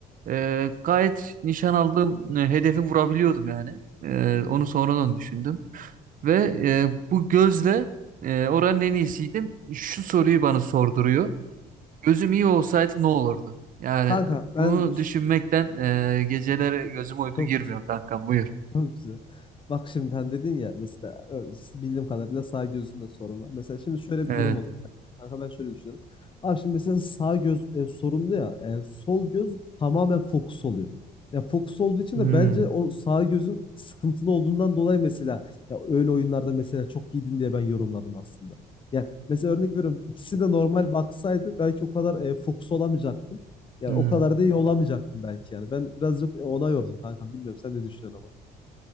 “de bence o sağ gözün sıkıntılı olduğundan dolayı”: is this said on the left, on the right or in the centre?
Left